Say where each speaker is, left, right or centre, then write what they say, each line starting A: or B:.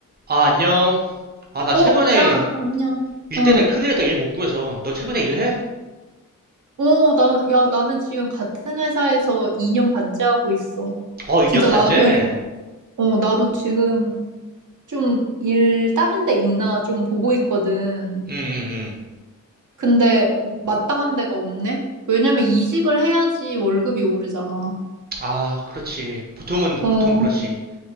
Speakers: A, on the right (about 30°); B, on the right (about 65°).
A: 아, 안녕. 아, 나 최근에
B: 어, 야, 안녕.
A: 일
B: 어,
A: 때문에 큰일이다. 일 못 구해서. 넌 최근에 일해?
B: 어, 나, 야, 나는 지금 같은 회사에서 2년 반째 하고 있어.
A: 어, 이
B: 진짜
A: 년 반째?
B: 나도, 어, 나도 지금 좀 일 다른 데 있나 좀 보고 있거든.
A: 응, 응, 응.
B: 근데 마땅한 데가 없네? 왜냐면 이직을 해야지 월급이 오르잖아.
A: 아, 그렇지. 보통은,
B: 어,
A: 보통은 그렇지.